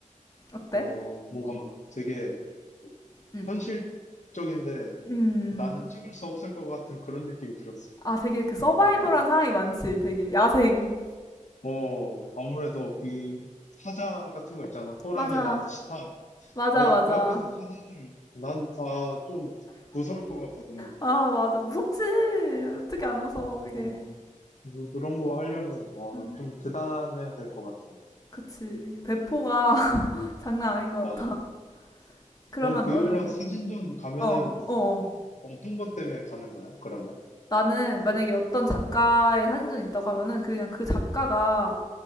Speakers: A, on the left; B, on the left.
A: 어때?
B: 어, 뭔가 되게
A: 음.
B: 현실적인데
A: 음.
B: 나는 찍을 수 없을 것 같은 그런 느낌이 들었어.
A: 아 되게 그 서바이벌한
B: 뭔가,
A: 상황이 많지. 되게 야생.
B: 어, 아무래도 그 사자 같은 거 있잖아. 호랑이나
A: 맞아.
B: 치타.
A: 맞아,
B: 내가
A: 맞아.
B: 그 어, 앞에서 사진을, 난, 아, 좀 무서울 것 같거든.
A: 아, 맞아. 무섭지. 어떻게 안 무서워, 이게.
B: 어, 그- 그런 거 하려면, 와,
A: 음,
B: 좀 대단해야 될 것 같아.
A: 그치. 배포가 <laughs> 장난 아닌 것
B: 맞아.
A: 같아. 그러면
B: 넌 그런
A: 너는,
B: 사진전 가면은
A: 어, 어, 어.
B: 어떤 것 때문에 가는 거야, 그러면?
A: 나는 만약에 어떤 작가의 사진전이 있다고 하면은 그 그냥 그 작가가